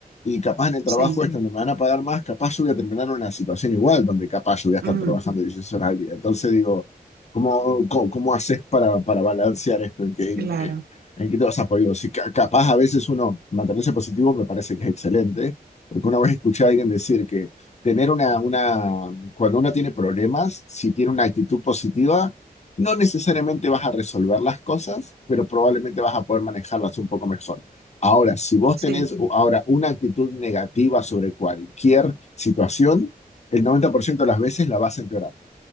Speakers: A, on the left; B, on the right.
A: y capaz en el trabajo
B: sí,
A: este donde me van a pagar más, capaz yo voy a terminar en una situación igual, donde capaz yo voy a estar
B: mm,
A: trabajando 16 horas al día. Entonces digo, ¿cómo, cómo, cómo haces para, para balancear esto? ¿En qué, en-
B: claro,
A: en qué te vas a apoyar? Si ca- capaz a veces uno mantenerse positivo me parece que es excelente porque una vez escuché a alguien decir que tener una, una, cuando uno tiene problemas, si tiene una actitud positiva, no necesariamente vas a resolver las cosas, pero probablemente vas a poder manejarlas un poco mejor. Ahora, si vos
B: sí,
A: tenés ahora una actitud negativa sobre cualquier situación, el 90% de las veces la vas a empeorar.